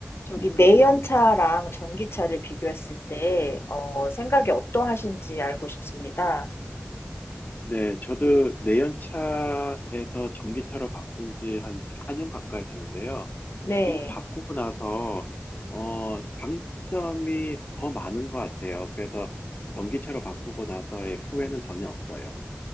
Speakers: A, on the left (about 85°); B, on the left (about 45°).
A: 저기 내연차랑 전기차를 비교했을 때, 어, 생각이 어떠하신지 알고 싶습니다.
B: 네, 저도 내연차에서 전기차로 바꾼 지 한 4년 가까이 되는데요.
A: 네.
B: 지금 바꾸고 나서, 어, 장점이 더 많은 것 같아요. 그래서 전기차로 바꾸고 나서의 후회는 전혀 없어요.